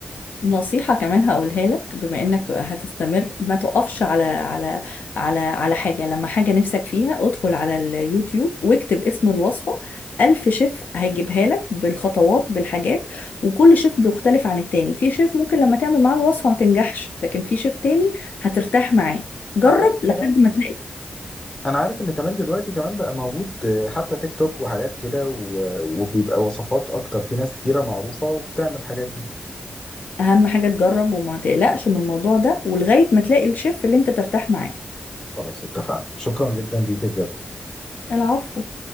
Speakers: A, on the left; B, on the left.
A: نصيحة كمان هقولها لك بما انك بقى هتستمر ما تقفش على على على على حاجة لما حاجة نفسك فيها ادخل على اليوتيوب واكتب اسم الوصفة ألف شيف هيجيبها لك بالخطوات بالحاجات وكل شيف بيختلف عن التاني في شيف ممكن لما تعمل معاه الوصفة ما تنجحش لكن في شيف تاني هترتاح معاه جرب
B: انا عارف
A: لحد
B: كمان
A: ما تلاقي
B: انا عارف ان كمان دلوقتي كمان بقى موجود حتى تيك توك وحاجات كده و... وبيبقى وصفات اكتر في ناس كتيرة معروفة وبتعمل الحاجات دي
A: أهم حاجة تجرب وما تقلقش من الموضوع ده ولغاية ما تلاقي الشيف اللي انت ترتاح معاه
B: خلاص اتفقنا شكرا جدا ليك بجد
A: العفو